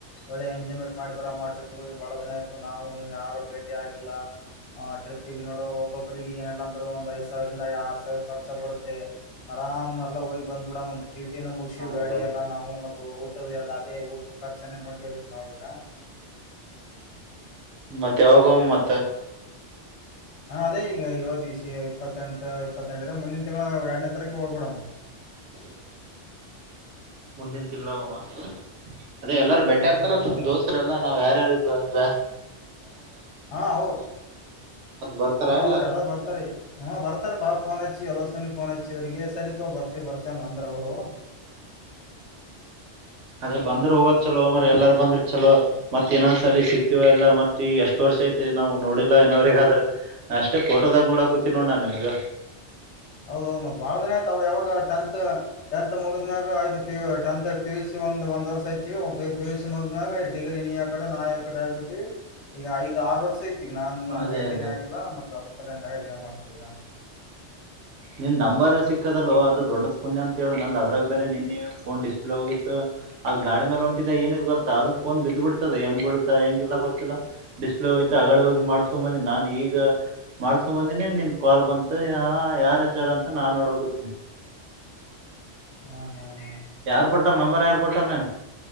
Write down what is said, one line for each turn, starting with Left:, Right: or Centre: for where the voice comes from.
Left: ಒಳ್ಳೆ ಎಂಜಾಯ್ಮೆಂಟ್ ಮಾಡಿ ಬರೋ ಟ್ರಿಪ್ಪಿಗಿ ಬಹಳ ದಿನ ಆಯ್ತು ನಾವು ನೀವು ಯಾರು ಭೇಟಿ ಆಗಿಲ್ಲಾ ಆ ಟ್ರಿಪಗೆ ನೋಡೋ ಒಬ್ಬೊಬ್ರಿಗೆ ಏನೆಲ್ಲಾಂದ್ರರು ಒಂದ್ ಐದ ಸಾವಿರಂದ ಆರ್ ಸಾವಿರ ಖರ್ಚ ಬರುತ್ತೆ ಆರಾಮ್ ಎಲ್ಲ ಹೋಗಿ ಬಂದ್ ಬಿಡಮ ಟಿಟಿನ ಮುಗಸಿವ್
Right: ಹೌದೌದು
Left: ಗಾಡಿ ಎಲ್ಲಾ ನಾವು ಮತ್ತೆ ಊಟದ ಅದೇ ಊ ಅ ಖರ್ಚನೇ ನೋಡ್ಕೇಬೇಕು ನಾವೀಗ
Right: ಮತ್ತ ಯಾವಾಗೋಗಮ ಮತ್ತ
Left: ಹಾ ಅದೇ ಈಗ ಯೋ ಇಪ್ಪತ್ತೆಂಟು ಇಪ್ಪತ್ತೆಂಟ ಇದ ಮುಂದಿನ ಎರಡನೇ ತಾರೀಕು ಹೋಗಿ ಬಿಡಮ
Right: ಹ <inaudible> ಮುಂದಿನ ತಿಂಗಳ ಮಾಮ ಅದೇ ಎಲ್ಲಾರು
Left: ಹಾ ಮುಂದಿನ
Right: ಬೆಟ್ಟೆ
Left: ತಿಂಗಳ
Right: ಆಕ್ತಾರಲ್
Left: ಹೋಗ್ಬಿಡಮ
Right: ನಮ್ಮ್ ದೋಸ್ತರೆ ಎಲ್ಲ ನಾವ್ ಯಾರ್ಯಾಇದ್ವ ಅಂತ
Left: ಹಾ ಅವ್ರ
Right: ಬರ್ತಾರ
Left: ಹ
Right: ಇಲ್ಲ
Left: ಅವ್ರ ಎಲ್ಲಾರು ಬರ್ತಾರ ಹ ಬರ್ತಾರ ಪಾ ಫೋನ್ ಹಚ್ಚ ಹಚ್ಚಿ ಎಲ್ಲ ಫೋನ್ ಹಚ್ಚಿ ಅವ್ರರಿಗೆ ಸರಿತ್ ಬರ್ತಿವಿ ಬರ್ತ ಅಂದ್ರ ಅವರು <inaudible>
Right: ಅದೇ ಬಂದ್ರ ಹೋಗದತ್ ಚಲೋ ಮ್ರ ಎಲ್ಲಾರ ಬಂದ್ರ ಚಲೋ ಮತ್ ಇನ್ನೊಂದ್ಸಲ ಸಿಕ್ತಿವ ಎಲ್ಲಾ ಮತ್ತ ಈ ಎಷ್ಟ್ ವರ್ಷ ನಾವು ನೋಡಿಲ್ಲಾ ಇಏರಿಗಾದ್ರೆ ಅಷ್ಟೇ ಫೋಟೋದಾಗ ನಡಾ ಕುತೀನ ನೋಡ ನಾನ್ ನಿನಗ
Left: ಹೌದೌದು ಮ್ ಬಹಳದಿನ ಆಯ್ತಾವ ಯಾವಾಗ ಟೆಂತ್ ಟೆಂತ್ ಮುಗಿದ್ಮ್ಯಾಗ ಪು ಟೆಂತ್ ಪಿ ಯು ಸಿ ಒಂದ ಒಂದ್ ವರ್ಷ ಹಚ್ಚಿವಿ ಪ ಯು ಸಿ ಮುಗಿದ್ಮ್ಯಾಗ ಡಿಗ್ರಿ ನೀ ಆಕಡೆ ನಾ ಯಕಡೆ ಬಿಟ್ಟಿ ಈಗ ಐದು ಆರು ವರ್ಷ ಆಯ್ತು ಇಗ ನಾನ್ ನೀನು
Right: ಅದೇ
Left: ಭೇಟಿನೇ
Right: ಅದೇ
Left: ಆಗಿಲ್ಲಾ ಮತ್ತೆ ಅದಕ್ಕ ಅಂಗಗಾಯ್ತೇ ಏನ್ ಮಾಡ್ತೀಗ
Right: ನಿನ್ ನಂಬರ್ ಸಿಕ್ಕದಲ್ಲ ಅದು ದೊಡ್ಡದ ಪುಣ್ಯ ಅಂತೇಳು ನಂದ ಅದ್ರಾಗ ಬೇರೆ ನಿನ್ನ ಫೋನ್ ಡಿಸ್ಪ್ಲೇ ಹೋಗಿತ್ತು ಅದ್ ಗಾಡಿ ಮೇಲೆ ಹೊಂಟಿದ್ದ ಏನಿದ್ ಗೊತ್ತ ಅದುಫೋನ್ ಬಿದ್ದ್ ಬಿಡ್ತದ ಹೆಂಗ್ ಬಿಳುತ್ತಾ ಹೆಂಗ ಇಲ್ಲ ಗೊತ್ತಿಲ್ಲ ಡಿಸಪ್ಲ ಹಯ್ತ ಅಗಳ
Left: ಹ್ಮ್
Right: ಹಿ ಮಾಡ್ಕೊ ಬಂದಿ ನಾನ ಈಗ ಈಗ ಮಾಡ್ಸ್ಕೊಂಡ್ ಬಂದಿನಿ ನಿನ್ ಕಾಲ್ ಬಂತು ಯಾರ ವಿಚಾರ ಅಂತ ನಾ ನೋಡೋಗುತ್ತೇನೆ
Left: ಹ್ಮ್ ಹ್ಮ್
Right: ಯಾರ್ ಕೊಟ್ಟಾರ ನಂಬರ್ ಯಾರು ಕೊಟ್ಟಾರ ನನ್